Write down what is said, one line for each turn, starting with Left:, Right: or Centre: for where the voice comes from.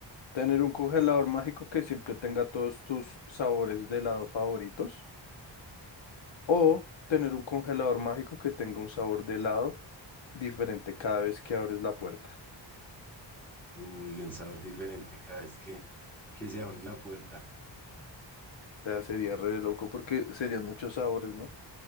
Left: Tener un congelador mágico que siempre tenga todos tus sabores de helado favoritos. O tener un congelador mágico que tenga un sabor de helado diferente cada vez que abres la puerta.
Centre: Uy, un sabor diferente cada vez que, que se abre la puerta.
Left: O sea, sería re loco porque serían muchos sabores, ¿no?